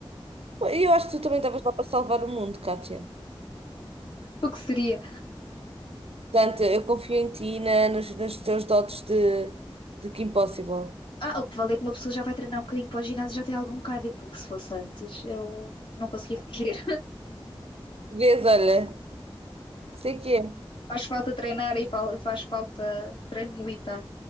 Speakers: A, on the right; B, on the left.
A: Eu acho que tu também estavas lá para salvar o mundo, Kátia.
B: O que seria?
A: Portanto, eu confio em ti e na, nos, nos teus dotes de, de que impossível.
B: Ah, o que vale é que uma pessoa já vai treinar um bocadinho para o ginásio e já tem algum cardio, porque se fosse antes eu não conseguia fugir.
A: Vês, olha, sei que é.
B: <laughs> Faz falta treinar e fa- faz falta treino militar.